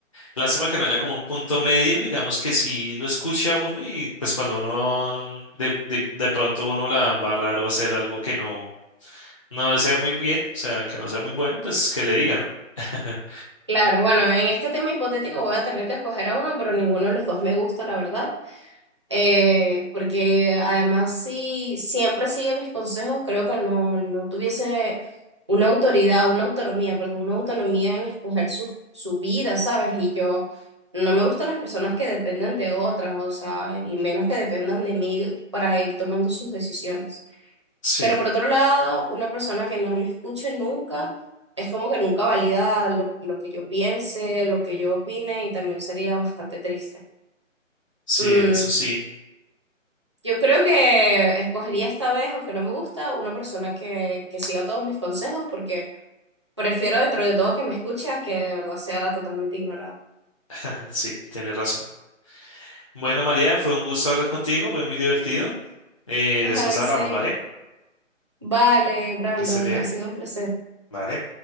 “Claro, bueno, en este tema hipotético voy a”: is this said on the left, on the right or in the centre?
Right